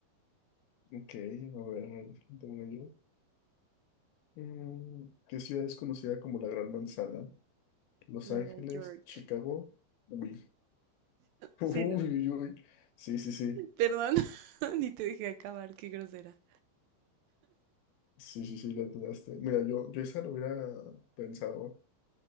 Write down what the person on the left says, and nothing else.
Ok, a ver, a ver, tengo una yo. Mm, ¿qué ciudad es conocida como la Gran Manzana? Los
Ángeles,
Chicago. Uy, <laughs> uy,
uy, uy. Sí, sí, sí.
Sí, sí, sí, la dudaste. Mira, yo, yo esa lo hubiera pensado,